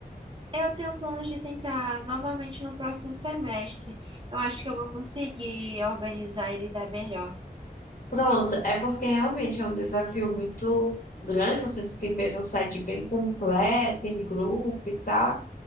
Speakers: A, on the right (about 30°); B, on the left (about 60°).
A: Eu tenho planos de tentar novamente no próximo semestre. Eu acho que eu vou conseguir organizar e lidar melhor.
B: Pronto, é porque realmente é um desafio muito grande. Você disse que fez um site bem completo, em grupo e tal.